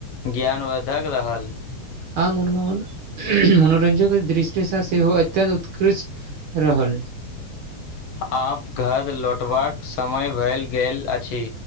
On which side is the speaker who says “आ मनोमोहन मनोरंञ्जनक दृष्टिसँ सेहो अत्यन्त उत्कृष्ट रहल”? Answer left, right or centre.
Right